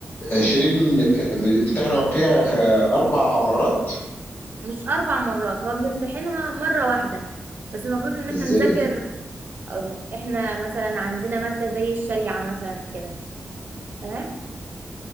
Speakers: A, on the left; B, on the right.
A: 20 بتمتحنوا فيها خ- اربع مرات
B: مش أربع مرات هو بنمتحنها مرة واحدة بس المفروض إن احنا
A: ازاي
B: نذاكر
A: ده؟
B: أقول لك احنا مثلا عندنا مادة زي الشريعة مثلا كده تمام